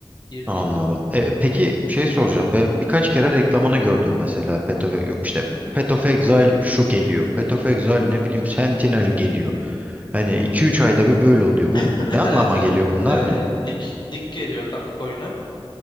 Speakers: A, on the left; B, on the right.
A: girdiğin.
B: Anladım. E, peki şey soracağım. Ben birkaç kere reklamını gördüm mesela. Path of, yok işte Path of Exile şu geliyor. Path of Exile ne bileyim Sentinel geliyor. Hani iki üç ayda bir böyle oluyor. Bu
A: <laughs>
B: ne anlama
A: Evet evet.
B: geliyor bunlar
A: Ee,
B: ne?
A: lig, lig geliyor kanka oyuna.